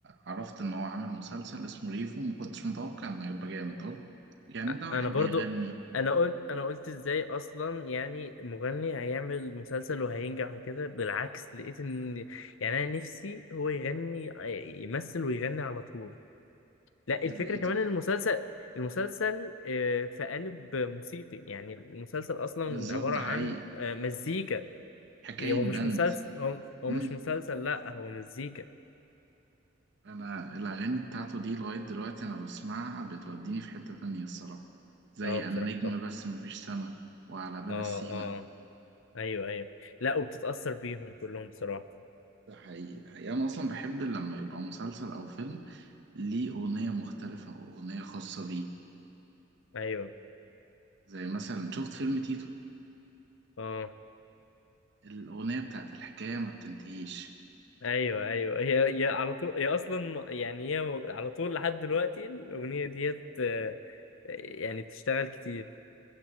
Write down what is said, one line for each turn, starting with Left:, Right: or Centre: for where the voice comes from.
Right: عرفت ان هو عامل مسلسل اسمه ريفو ما كنتش متوقع انه هيبقى جامد قلت يعني
Left: أ-
Right: ده واحد
Left: أنا برضو
Right: بيغني
Left: أنا قلت أنا قلت إزاي أصلا يعني مغني هيعمل مسلسل وهينجح وكده بالعكس لقيت إن يعني أنا نفسي هو يغني يمثل ويغني على طول لا الفكرة
Right: أنا لقيته
Left: كمان إن المسلسل المسلسل آه، في قالب موسيقي يعني المسلسل أصلا
Right: بالظبط
Left: عبارة
Right: ده
Left: عن
Right: حقيقي
Left: آه، مزيكا
Right: حكاية
Left: يعني هو مش
Right: بند
Left: مسلسل هو,
Right: مم.
Left: هو مش مسلسل لا هو مزيكا
Right: انا الاغاني بتاعته دي لغاية دلوقتي انا بسمعها بتوديني في حتة تانية الصراحة زي
Left: اه بصراحة
Right: انا نجم
Left: صح
Right: بس مفيش سما وعلى باب
Left: اه
Right: السيما
Left: اه ايوه ايوه لا وبتتأثر بيهم كلهم بصراحة
Right: ده حقيقي ده حقيقي انا اصلا بحب لما يبقى مسلسل او فيلم ليه اغنية مختلفة واغنية خاصة بيه
Left: ايوه
Right: زي مثلا شفت فيلم تيتو
Left: اه
Right: الأغنية بتاعت الحكاية ما بتنتهيش
Left: ايوه ايوه هي هي على طول هي اصلا يعني هي على طول لحد دلوقتي الاغنية ديت آه، يعني بتشتغل كتير